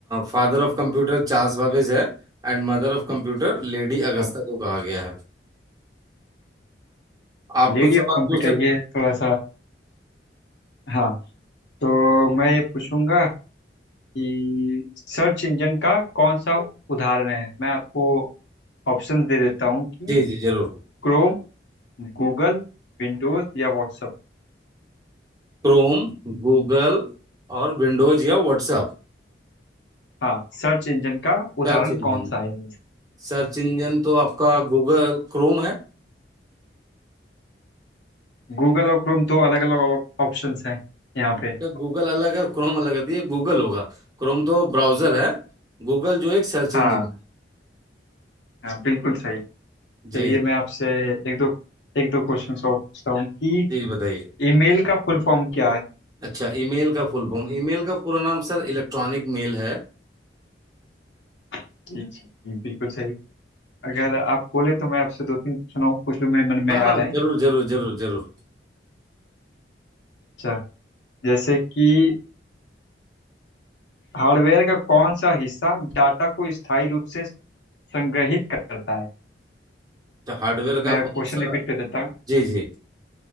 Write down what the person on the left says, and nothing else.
हाँ
लेडी
ऑफ कंप्यूटर
ये
थोड़ा सा हाँ तो मैं ये पूछूंगा कि सर्च इंजन का कौन सा उदाहरण है मैं आपको ऑप्शंस दे देता हूँ कि
क्रोम गूगल विंडोज या व्हाट्सएप
हाँ सर्च इंजन का उदाहरण
कौन सा है इनमें से?
गूगल और क्रोम दो अलग अलग ऑप्शंस हैं यहाँ पे
हाँ
हाँ बिल्कुल सही
चलिए मैं आपसे एक दो एक दो क्वेश्चन और पूछता हूँ कि
ईमेल का फुल फॉर्म क्या है
जी जी जी, बिल्कुल सही अगर आप बोले तो मैं आपसे दो तीन क्वेश्चन और पूछ लूँ मेरे मन में
आ
रहे हैं
अच्छा जैसे कि हार्डवेयर का कौन सा हिस्सा डाटा को स्थायी रूप से संग्रहित करता है
मैं
क्वेश्चन
रिपीट कर देता हूँ